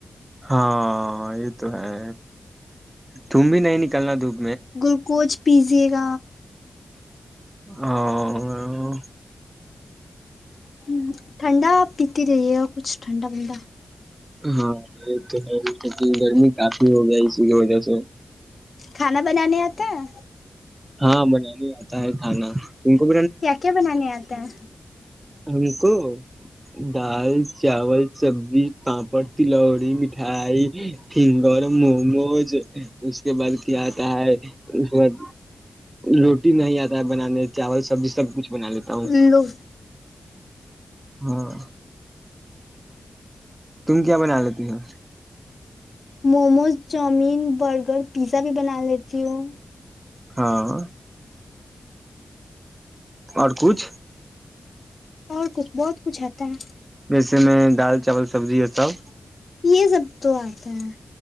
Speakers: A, on the right; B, on the left.
A: ہاں یہ تو ہے تم بھی نہیں نکلنا دب
B: گلکوچ پیزے <inaudible>
A: اور
B: ہ ٹھنڈا پیتے رہیے گ کچھ ٹھنڈا بنندا
A: ہاں یہ تو گرمی کاپی ہو جائے س کی وجہ سے
B: کھانا بنانے آتا ہے
A: ہاں بن ہی آتا ہے کھانا تم کو
B: کیا کیا بنانے آتا ہے
A: ان کو دال چاول سبزی پاپڑ تلوڑی مٹھائی فنگر موموز اس کے بعد کیا آتا ہے اس کے بعد روٹی نہیں آتا ہے بنانے چاول سبزی سب کچھ بنا لیتا
B: ہے
A: ہوں
B: لو
A: ہاں تم کیا بنا لیتی ہو
B: موموز چاؤمین برگر پیزا بھی بنا لیتی ہوں
A: ہاں اور کچھ
B: اور کچھ بہت کچھ آتا ہے
A: جیسے میں دال چاول سبزی یہ سب
B: یہ سب تو آتا ہے